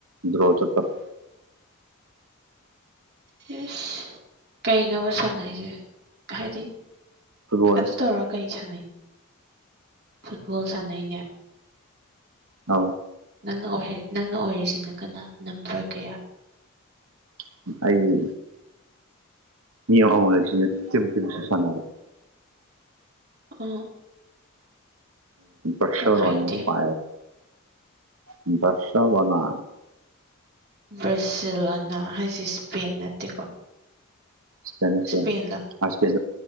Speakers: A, on the right; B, on the right.
A: ꯭ꯔꯣ ꯆꯄ
B: ꯌꯦꯁ ꯀꯩꯅꯣꯕ ꯁꯥꯟꯅ ꯍꯥꯏꯁꯦ ꯍꯥꯏꯗꯤ
A: ꯐꯨꯠꯕꯣꯜ
B: ꯑꯗꯨ ꯇꯧꯔ ꯀꯩ ꯁꯥꯟꯅꯩ ꯐꯨꯠꯕꯣꯜ ꯁꯥꯟꯅꯩꯅꯦ
A: ꯍꯥꯎ
B: ꯅꯪꯅ ꯑꯣꯏꯔꯤ ꯅꯪꯅ ꯑꯣꯏꯔꯤꯁꯤꯅ ꯀꯅꯥ ꯅꯝꯕꯔ ꯀꯌꯥ
A: ꯑꯩ ꯃꯤ ꯑꯃꯁꯤꯝꯁꯨ ꯁꯥꯟꯔꯦ
B: ꯑ
A: ꯎꯁꯔ
B: ꯀꯅꯥ ꯑꯥꯏꯇꯦꯝ
A: ꯋꯥꯅꯦ ꯐ <unintelligible> ꯁꯥꯕꯅ
B: ꯕ꯭ꯔꯖꯤꯂꯣꯅꯥ ꯍꯥꯏꯁꯦ ꯏꯁꯄꯦꯟ ꯅꯠꯇꯦꯀꯣ
A: ꯏꯁꯄꯦꯟꯅꯩ
B: ꯏꯁꯄꯦꯟꯂ
A: ꯏꯁꯄꯦꯟ